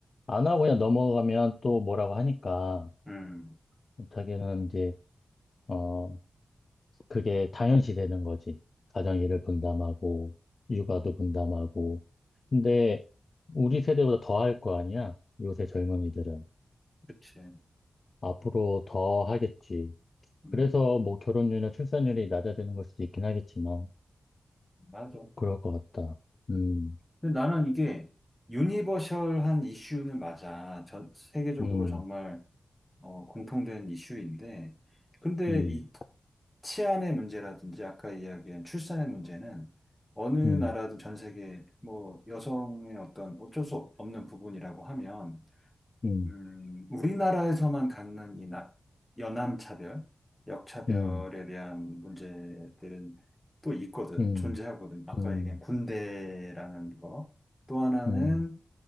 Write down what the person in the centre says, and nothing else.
음,
그렇지.
음,
맞아.
음.
근데 나는 이게 유니버셜한 이슈는 맞아. 전 세계적으로
정말 어, 공통된 이슈인데, 근데
이 치안의 문제라든지 아까 이야기한 출산의 문제는 어느 나라든
전 세계 뭐 여성의 어떤 어쩔 수 없는 부분이라고 하면,
음, 우리나라에서만 갖는 이 나, 여남차별, 역차별에
대한 문제들은 또 있거든,
존재하거든. 아까
얘기한 군대라는 거. 또 하나는